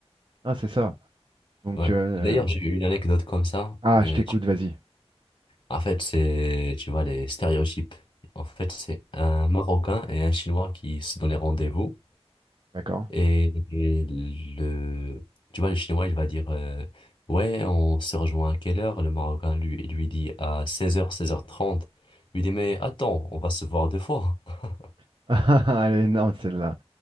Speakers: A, on the right; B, on the left.
A: Ah, c'est ça. Donc,
B: Ouais.
A: euh,
B: D'ailleurs,
A: euh,
B: j'ai eu une anecdote comme ça.
A: ah,
B: de-
A: je t'écoute,
B: tu-
A: vas-y.
B: En fait, c'est, tu vois, les stéréotypes. En fait, c'est un Marocain et un Chinois qui se donnaient rendez-vous.
A: D'accord?
B: Et, et le, tu vois, le Chinois, il va dire, euh, ouais, on se rejoint à quelle heure? Le Marocain, lui, il lui dit à seize heures seize heures trente Il lui dit, mais attends, on va se voir deux fois. <laughs>
A: <laughs> Ah, Elle est énorme celle-là.